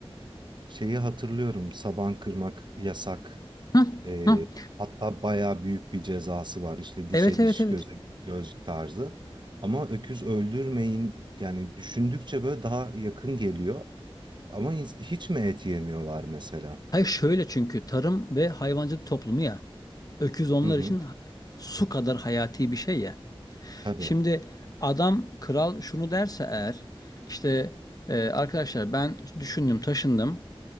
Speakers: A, on the right; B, on the left.
A: şeyi hatırlıyorum saban kırmak yasak
B: Hı,
A: Ee,
B: hı.
A: hatta bayağı büyük bir cezası var. İşte dişe
B: Evet evet
A: diş,
B: evet.
A: göze göz tarzı. Ama öküz öldürmeyin yani düşündükçe böyle daha yakın geliyor. Ama ins- hiç mi et yemiyorlar mesela?
B: Hayır şöyle çünkü tarım ve hayvancılık toplumu ya. Öküz onlar
A: Hı hı.
B: için su kadar hayati bir şey ya.
A: Tabii.
B: Şimdi adam kral şunu derse eğer işte e, arkadaşlar ben düşündüm taşındım